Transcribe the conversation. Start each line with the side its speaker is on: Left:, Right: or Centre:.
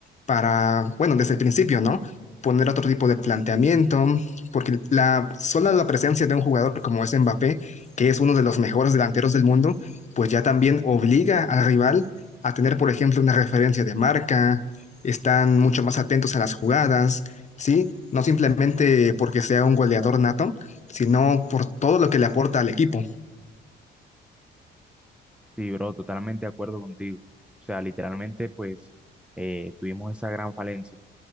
Left: para, bueno, desde el principio, ¿no? Poner otro tipo de planteamiento, porque la sola la presencia de un jugador como es Mbappé, que es uno de los mejores delanteros del mundo, pues ya también obliga al rival a tener, por ejemplo, una referencia de marca, están mucho más atentos a las jugadas, ¿sí? No simplemente porque sea un goleador nato, sino por todo lo que le aporta al equipo.
Centre: Sí, bro, totalmente de acuerdo contigo. O sea, literalmente, pues, eh, tuvimos esa gran falencia.